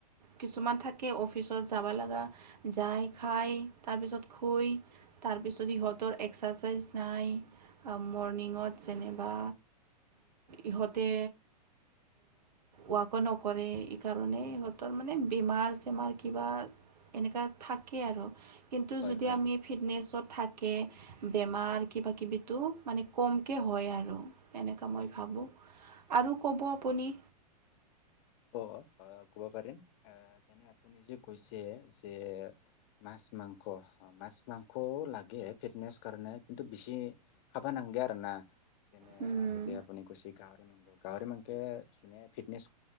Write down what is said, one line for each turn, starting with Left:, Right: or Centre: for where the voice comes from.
Right: কিছুমান থাকে অফিচত যাব লাগা, যায় খাই তাৰপিছত শুই তাৰপিছত
Left: উম
Right: সিহঁতৰ এক্সাৰচাইজ নাই। মৰ্ণিঙত যেনিবা ইহঁতে ৱাকো নকৰে সেইকাৰণে
Left: উম
Right: ইহঁতৰ মানে বেমাৰ চেমাৰ কিবা এনেকা থাকে আৰু। কিন্তু
Left: হয়
Right: যদি
Left: হয়
Right: আমি ফিটনেছত থাকে, বেমাৰ
Left: হয়
Right: কিবাকিবি টো মানে কমকে হয়, আৰু এনেকা
Left: উম
Right: মই ভাবোঁ।
Left: উম
Right: আৰু ক'ব আপুনি?
Left: অ', অ', ক'ব পাৰিম এ, যেনে আপুনি যে কৈছে যে মাছ মাংস অ', মাছ মাংসও লা গে ফিটনেচ কাৰণে কিন্তু বেছি খাবা নাংগে আৰু না। যেনে
Right: উম,
Left: আগতে আপুনি কৈছে গাহৰি মাংস, গাহৰি মাংসে যোনে ফিটনেচ